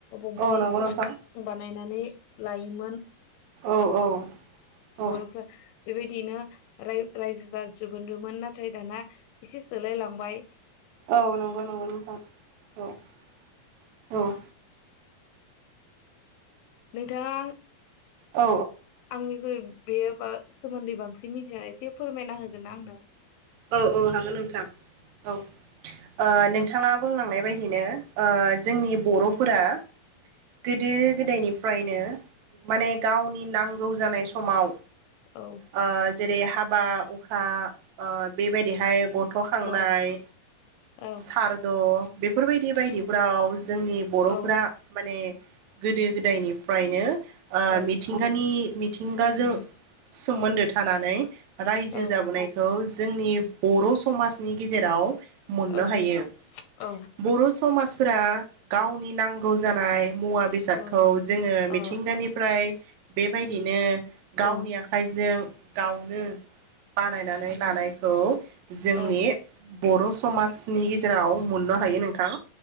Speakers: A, on the left (about 80°); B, on the right (about 65°).
A: दंफांनिफ्राय
B: औ नंगौ नोंथां
A: बानाय नानै लायोमोन
B: औ औ औ
A: बर'फोरा बेबायदियैनो राय-रायजो जाजोबगोनदोंमोन नाथाय दाना एसे सोलाय लांबाय
B: औ नंगौ नंगौ नोंथां औ औ
A: नोंथाङा
B: औ
A: आंनिख्रुइ बे बा सोमोन्दै बांसिन मिथिनानै एसे फोरमायना होगोन ना आंनो
B: औ औ हागोन नोंथां औ ओ नोंथाङा बुंलांनाय बायदिनो ओ जोंनि बर'फोरा गोदो गोदायनिफ्रायनो माने गावनि नांगौ जानाय समाव
A: औ
B: ओ जेरै हाबा उखा ओ बेबायदिहाय गथ थ' खांनाय
A: औ औ
B: सारद' बेफोरबायदि बायदिफोराव जोंनि बर'फोरा
A: औ
B: माने गोदो गोदायनिफ्रायनो ओ
A: औ
B: मिथिंगानि मिथिंगाजों
A: उम
B: सोमोन्दो थानानै रायजो
A: औ
B: जाबोनायखौ जोंनि बर' समाजनि गेजेराव मोननो
A: औ
B: हायो
A: औ
B: बर' समाज फोरा गावनि नांगौ जानाय मुवा बेसादखौ
A: औ
B: जोङो मिथिंगानिफ्राय
A: औ
B: बेबायदिनो गावनि
A: औ
B: आखाइ जों गावनो बानायनानै लानाय खौ जोंनि
A: औ
B: बर' समाजनि गेजेराव मोननो हायो नोंथां